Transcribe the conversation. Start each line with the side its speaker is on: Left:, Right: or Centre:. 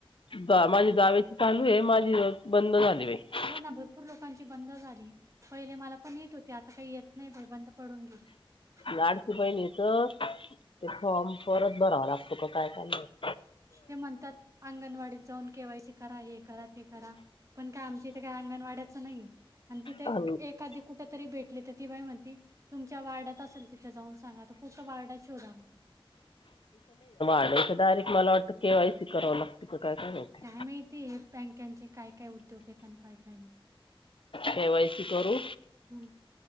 Left: जा माझ्या जावेची चालू आहे माझी बंद झाली बाई
Right: हो ना भरपूर लोकांची बंद झाली. पहिले मला पण येत होते आता काही येत नाही बंद पडून गे <unintelligible>
Left: लाडकी बहिणीच ते फॉर्म परत भरावा लागतो का काय काय माहीत
Right: ते म्हणतात अंगणवाडीत जाऊन केवायसी करा. हे करा. ते करा. पण काय आमच्या इथे काही अंगणवाड्याचं नाहीये. आणि तिथे एक
Left: इथं
Right: एखादी कुठं तरी भेटली तर ती बाई म्हणती तुमच्या वार्डात असल तिथं जाऊन सांगा आता कुठं वार्ड शोधाव
Left: अगं इथं डायरेक्ट मला वाटत केवायी करावी लागते कि का काय माहिती
Right: काय माहितीये हे बँकाचे काय काय उद्योग आहेत आणि काय काय नाही
Left: केवायसी करू
Right: हं.